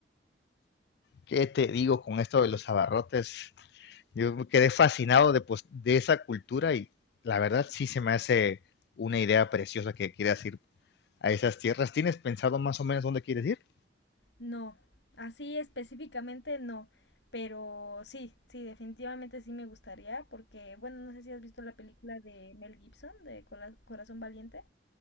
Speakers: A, on the left; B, on the left.
A: ¿Qué te digo con esto de los abarrotes? Yo me quedé fascinado de, pues, de esa cultura y la verdad sí se me hace una idea preciosa que quieras ir a esas tierras. ¿Tienes pensado más o menos dónde quieres ir?
B: No, así específicamente no. Pero sí, sí, definitivamente sí me gustaría porque, bueno, no sé si has visto la película de Mel Gibson, de Cola- Corazón Valiente.